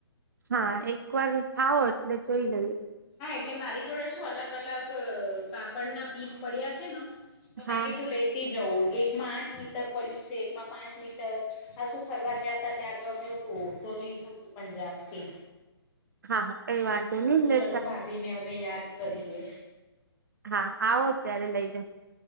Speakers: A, on the right; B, on the left.
A: હા એક વાર આવો એટલે જોઈ લઈએ.
B: હા એટલે મારી જોડે શું અલગ અલગ કાપડના પીસ પડ્યા છ ને. તો મેં
A: હા
B: કીધું લેતી જવું એકમાં આઠ મીટર પડ્યું છે, એકમાં પાંચ મીટર. હ શું ફરવા ગયા ત ત્યાં ગમ્યું તું તો લીધું તું પંજાબથી.
A: હા હા કઈ વાંધો ની ને?
B: તો ભાભી ને હવે યાદ કરીએ.
A: હા આવો ત્યારે લઈ જ.